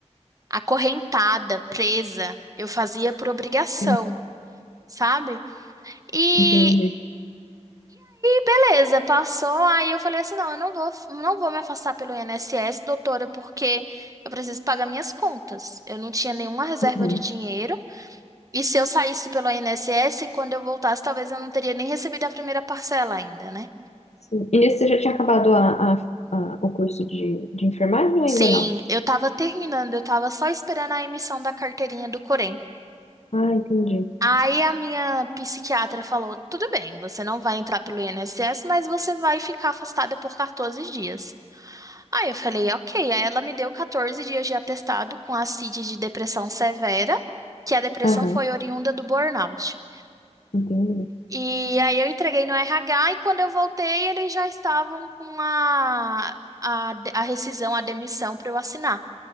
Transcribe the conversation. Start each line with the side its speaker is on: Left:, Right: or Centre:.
Right: acorrentada, presa. Eu fazia por obrigação,
Left: Sim,
Right: sabe? e
Left: Entendi.
Right: Beleza, passou. Aí eu falei assim: não, eu não vou, não vou me afastar pelo INSS, doutora, porque eu preciso pagar minhas contas. Eu não tinha nenhuma reserva
Left: Uhum.
Right: de dinheiro. E se eu saísse pelo INSS, quando eu voltasse, talvez eu não teria nem recebido a primeira parcela ainda, né?
Left: Sim. E nesse você já tinha acabado a, a- a- o curso de, de enfermagem ou ainda
Right: Sim,
Left: não?
Right: eu tava terminando, eu tava só esperando a emissão da carteirinha do Corém.
Left: Ah, entendi.
Right: Aí a minha psiquiatra falou: tudo bem, você não vai entrar pelo INSS, mas você vai ficar afastada por 14 dias. Aí eu falei, ok. Aí ela me deu 14 dias de atestado com a CID de depressão severa, que a depressão
Left: Aham,
Right: foi oriunda do burnout.
Left: entendi.
Right: E aí eu entreguei no RH e quando eu voltei, eles já estavam com a, a, a rescisão, a demissão para eu assinar,